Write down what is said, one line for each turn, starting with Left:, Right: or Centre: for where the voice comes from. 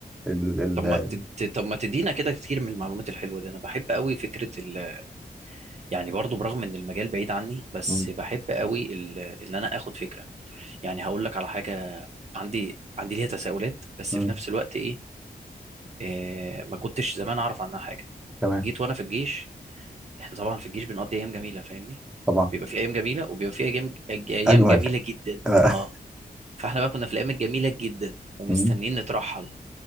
Centre: ال ال
Right: طب ما تد... طب ما تدينا كده كتير من المعلومات الحلوة دي أنا بحب قوي فكرة ال... يعني برضو برغم إن المجال بعيد عني بس
Centre: مم،
Right: بحب قوي ال... إن أنا آخد فكرة يعني هقول لك على حاجة عندي عندي ليها تساؤلات بس
Centre: مم،
Right: في نفس الوقت إيه, إيه... ما كنتش زمان أعرف عنها حاجة
Centre: تمام
Right: جيت وأنا في الجيش احنا طبعا في الجيش بنقضي ايام جميله فاهمني
Centre: طبعا
Right: بيبقى في ايام جميله وبيبقى في ايام ايام
Centre: اجمل
Right: جميله جدا
Centre: آه،
Right: اه
Centre: <laughs>
Right: فاحنا بقى كنا في الايام الجميله جدا ومستنيين
Centre: مم،
Right: نترحل